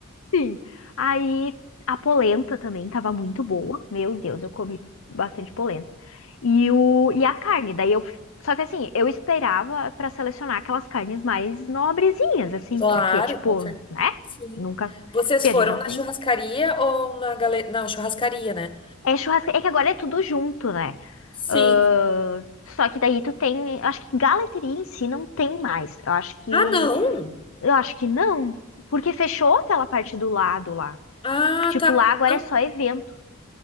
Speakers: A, on the left (about 70°); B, on the left (about 25°).
A: Sim. Aí a polenta também tava muito boa. Meu Deus, eu comi bastante polenta. E, o, e a carne, daí eu. Só que assim, eu esperava pra selecionar aquelas carnes mais nobrezinhas, assim,
B: Claro,
A: porque, tipo,
B: com certeza.
A: né?
B: Sim.
A: Nunca.
B: Vocês
A: Porque
B: foram
A: a gente não
B: na
A: tem.
B: churrascaria ou na galeria? Não, churrascaria, né?
A: É churrasco. É que agora é tudo junto, né?
B: Sim.
A: Ahn, só que daí tu tem. Acho que galeteria em si não tem mais. Eu acho que.
B: Ah, não!
A: Eu acho que não. Porque fechou aquela parte do lado lá.
B: Ah,
A: Tipo,
B: tá.
A: lá agora
B: Não.
A: é só evento.